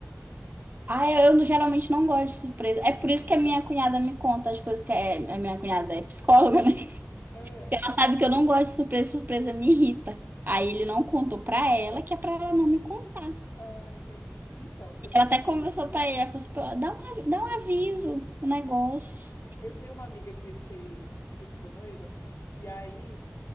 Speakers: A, on the right (about 40°); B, on the left (about 90°).
A: Ah, eu, eu não- geralmente não gosto de surpresa. É por isso que a minha cunhada me conta as coisas que é, a minha cunhada é psicóloga, né? <laughs>
B: É.
A: Ela sabe que eu não gosto de surpresa, surpresa me irrita. Aí ele não contou pra ela, que é pra ela não me contar.
B: Ah, entendi. Então, eu tenho
A: Ela até
B: uma,
A: conversou pra ele, ela falou assim, "Pô, dá um, avi- dá um aviso, o negócio.
B: eu tenho uma amiga que, que, que ficou noiva, e aí.